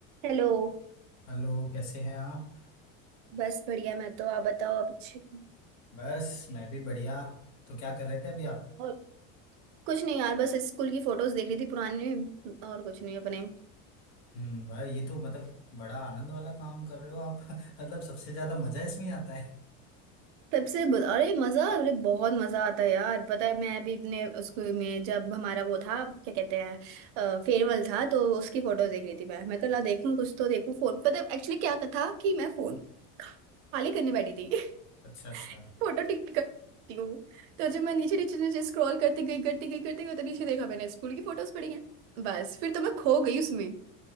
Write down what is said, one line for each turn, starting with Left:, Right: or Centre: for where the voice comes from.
Right: हेलो
Left: Hello कैसे हैं आप
Right: बस बढ़िया मैं तो आप बताओ आप अच्छे हो?
Left: बस मैं भी बढ़िया तो क्या कर रहे थे अभी आप
Right: और कुछ नहीं यार बस स्कूल की फोटोज देख रही थी पुरानी और कुछ नहीं अपने
Left: हम्म भाई ये तो मतलब बड़ा आनंद वाला काम कर रहे हो आप <laughs> मतलब सबसे ज्यादा मजा इसमें ही आता है
Right: तब से ब- अरे मजा अरे बहुत मजा आता है यार पता है मैं अभी अपने स्कूल में जब हमारा वो था क्या कहते हैं फेयरवेल था तो उसकी फोटोज देख रही थी मैं मैं कल देखूं कुछ तो देखूं फोन पता है एक्चुअली क्या था कि मैं फोन खाली करने बैठी थी <laughs>
Left: अच्छा अच्छा
Right: फोटो टिक करती हूँ तो जब मैं नीचे नीचे नीचे स्क्रॉल करते गई करती गई करती गई तो नीचे देखा मैंने स्कूल की फोटोज पड़ी हैं बस फिर तो मैं खो गई उसमें